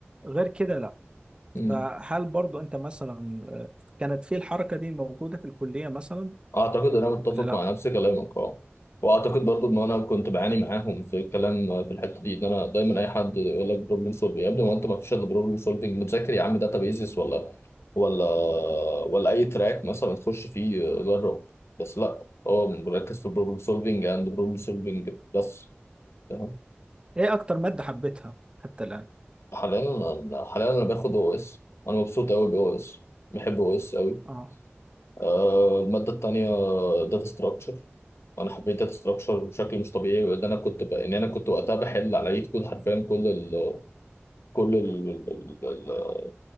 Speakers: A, on the right; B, on the left.
A: غير كده لا
B: مم.
A: فهل برضو انت مثلا آه، كانت في الحركة دي موجودة في الكلية مثلا
B: اعتقد انا متفق
A: ولا لا
B: مع نفس كلامك اه واعتقد برضو ان انا كنت بعاني معاهم في الكلام آه، في الحته دي ان انا دايما اي حد يقول لك بروبلم سولفنج يا ابني ما انت ما فيش الا بروبلم سولفنج متذاكر يا عم داتا بيزس ولا ولا ولا اي تراك مثلا تخش فيه آه، جرب بس لا هو مركز في البروبلم سولفنج اند بروبلم سولفنج بس فاهم؟
A: ايه اكتر مادة حبيتها حتى
B: حاليا انا حاليا انا باخد او اس انا مبسوط قوي باو اس بحب او اس قوي
A: الآن
B: آه، الماده التانيه داتا ستراكشر انا حبيت داتا ستراكشر بشكل مش طبيعي وان انا كنت ب... ان انا كنت وقتها بحل على ايد كود حرفيا كل ال... كل ال... ال... ال...